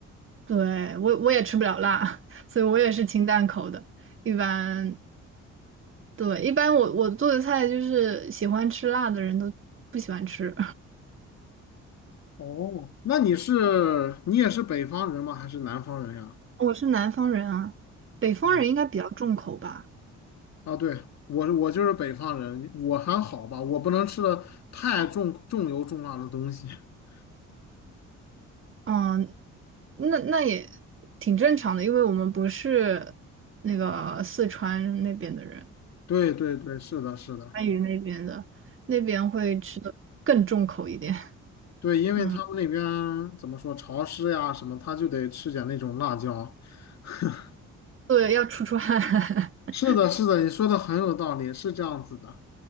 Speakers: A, on the right; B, on the left.
A: 对，我我也吃不了辣，<laughs> 所以我也是清淡口的。一般对，一般我我做的菜就是喜欢吃辣的人都不喜欢吃。
B: 哦，那你是你也是北方人吗？还是南方人呀？
A: <laughs> 我是南方人啊，北方人应该比较重口吧。
B: 嗯啊，对，我我就是北方人，我还好吧，我不能吃的太重重油重辣的东西。<laughs>
A: 嗯，那那也挺正常的，因为我们不是那个四川那边的人，
B: 对对对，是的，是的，
A: 川渝那边的，那边会吃的更重口一点。
B: 对，因为他们那边怎么说潮湿呀什么，
A: 嗯，
B: 他就得吃点那种辣椒。<laughs>
A: 对，要出出汗。<laughs>
B: 是的，是的，你说的很有道理，是这样子的。